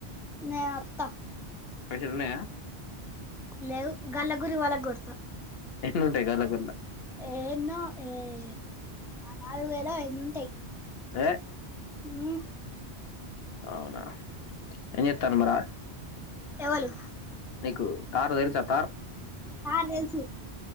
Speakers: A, in the centre; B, on the left (about 65°).
A: నే నొత్త
B: పైసలు ఉన్నాయా
A: లేవు గల్ళ గురి వాళ్ళకు గొడతా
B: ఎన్నుంటాయ్ కాలగుర్లా
A: ఏన్నో ఏ నా నాలుగు వేల ఎన్నుంటాయ్
B: ఏ
A: ఉ
B: అవునా ఏం జేత్తారు మరా
A: ఎవలు
B: నీకు తార్ తెలుసా తార్
A: తార్ తెలుసు